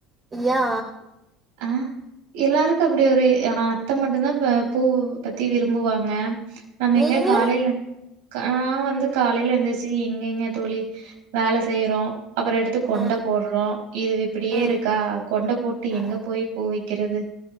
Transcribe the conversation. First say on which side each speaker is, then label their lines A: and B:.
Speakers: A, on the right; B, on the right.
A: யா
B: அ எல்லாருக்கு அப்டி ஒரு அ அத்த மட்டுந்தா பூ பத்தி விரும்புவாங்க நம்ம
A: நீங்க
B: எங்க காலைல கா வந்து காலையில எந்துருச்சு எங்க எங்க தோழி வேலை செய்யறோ அப்புறம் எடுத்து கொண்டா
A: ம்
B: போடுறோம் இது இப்படியே
A: ம்
B: இருக்கா கொண்டை போ
A: ஆ
B: போய் பூ வைக்கிறது